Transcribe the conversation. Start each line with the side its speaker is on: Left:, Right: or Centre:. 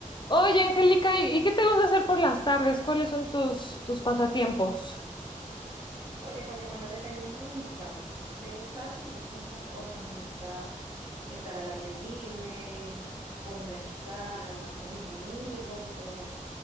Left: Oye, Angélica, ¿y y qué te gusta hacer por las tardes? ¿Cuáles son tus, tus pasatiempos?
Right: Oye, oye, bueno, dependiendo de mis tates, de gustarme me gustan muchas cosas, me gusta estar al aire libre, conversar, hablar con mis amigos y todo eso,